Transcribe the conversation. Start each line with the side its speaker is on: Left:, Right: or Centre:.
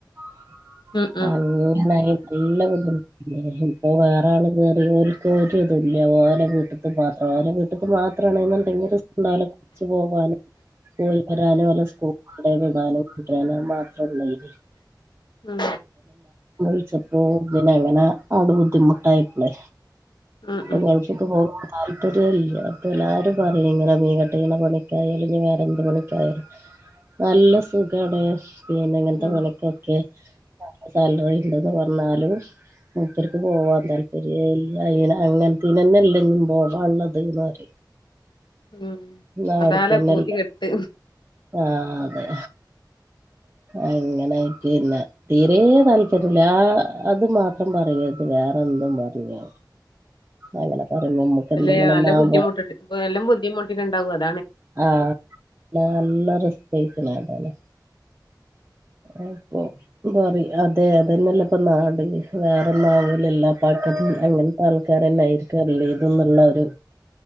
Right: <unintelligible>
Left: ഉം ഉം
Right: ഇപ്പോ വേറാള് കേറി ഓൽക്ക് ഒരുതുല്ല ഓലെ വീട്ട്ക്ക് മാത്രം ഓലെ വീട്ട്ക്ക് മാത്രാണ്ന്ന്ണ്ടെങ്കില് <unintelligible> പോകാനും പോയി വരാനും ഓലെ സ്കൂള് വിടാനും <unintelligible>
Left: ഉം
Right: എല്ലാരും വിളിച്ചപ്പോ അങ്ങനെ അവടെ ബുദ്ധിമുട്ടായപ്പ്ളെ
Left: ഉം
Right: ഇപ്പൊ
Left: ഉം
Right: ഗൾഫ്ക്ക് <unintelligible> താല്പര്യല്ല അപ്പൊ എല്ലാരും പറയും ങ്ങനെ മീൻ കട്ടെയ്യ്ണെ പണിക്കായാലും വേറെന്ത് പണിക്കായാലും നല്ല സുഖാണ് പിന്നെ ങ്ങൻത്തെ
Left: ഉം
Right: പണിക്കൊക്കെ <unintelligible> സാലറി ണ്ട്ന്ന് പറഞ്ഞാലും മുപ്പർക്ക് പോവാൻ താല്പര്യേല്ല അയ്ന് അങ്ങൻത്തേനന്നല്ലെ ഞ്ഞും പോവാള്ളത് പറയും
Left: ഉം
Right: ന്ന
Left: അതാലെ
Right: അവ്ട്ക്കെന്നല്ലേ
Left: പൂതി കെട്ട്
Right: ആഹ് അ അങ്ങനായിറ്റ് പിന്നെ തീരെ താല്പര്യല്ല ആ അത് മാ ത്തം പറയര്ത് വേറെന്തും പർഞ്ഞോ അങ്ങനെ പറയുമ്പോ നമുക്ക്
Left: അല്ലേ
Right: എന്തെങ്കിലും
Left: നല്ല
Right: ഒന്നാവുമ്പോ
Left: ബുദ്ധിമുട്ട് നല്ലോം ബുദ്ധിമുട്ടിട്ടുണ്ടാവും അത്
Right: ആ ന്ന നല്ല റിസ് പെയ്ക്ക്ണ് ആണ്ടെന്നെ അപ്പൊ പറയും അതെ അതെന്നെല്ലെ പ്പൊ നാട് വേറൊന്നാവൂലല്ലോ <unintelligible> അങ്ങൻത്തെ ആൾക്കാരെന്നെ ആയിരിക്കും എല്ലേതുംന്ന്ള്ളൊരു